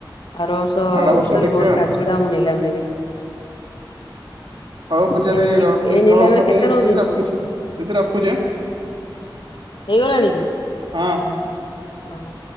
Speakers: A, on the left (about 75°); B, on the right (about 65°).
A: ଆର ବର୍ଷ
B: ଆର
A: ଟୋଟାଲ
B: ଦେଖିବା,
A: ହୋଲ୍ କାଜୁ ଟା ମୁଁ ନିଲାମ ନେବି।
B: ହଉ ପୂଜା
A: ଏ
B: ଦେଇ ର,
A: ଏଇ
B: ଏ
A: ନିଲାମରେ
B: ହଉ ହଉ
A: କେତେ
B: ଦେର
A: ନଉଛନ୍ତି
B: ଦିଦି ରଖୁଛି। ଦିଦି ରଖୁଚି ଆଁ।
A: ହେଇଗଲାଣି?
B: ହଁ।
A: ଓ ହୋ।